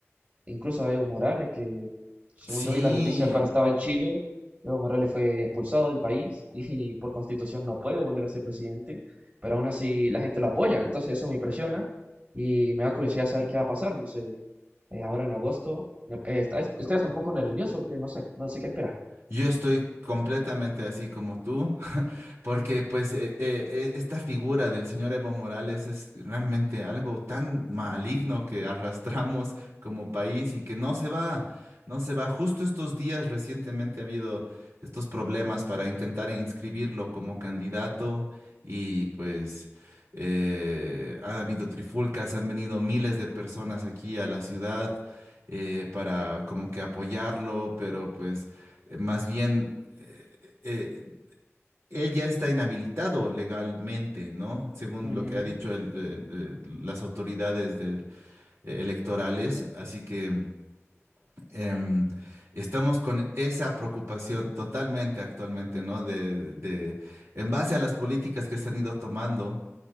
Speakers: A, on the right (about 35°); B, on the right (about 75°).
A: incluso a Evo Morales, que según
B: Sí,
A: yo vi las noticias cuando estaba en Chile, Evo Morales fue expulsado del país <laughs> y por constitución no puede volver a ser presidente, pero aún así la gente lo apoya, entonces eso me impresiona y me da curiosidad saber qué va a pasar, no sé, eh, ahora en agosto, eh, está- estoy hasta un poco nervioso porque no sé, no sé qué esperar.
B: Yo estoy completamente así como tú, <laughs> porque pues eh, eh, eh, esta figura del señor Evo Morales es realmente algo tan maligno que arrastramos como país y que no se va, no se va. Justo estos días recientemente ha habido estos problemas para intentar inscribirlo como candidato y pues eh, han habido trifulcas, han venido miles de personas aquí a la ciudad eh, para como que apoyarlo, pero pues eh, más bien eh, eh, él ya está inhabilitado legalmente, ¿no? Según
A: Ujú,
B: lo que ha dicho el- el- el- las autoridades del- eh, electorales. Así que em, estamos con esa preocupación totalmente actualmente, ¿no? De, de- en base a las políticas que se han ido tomando.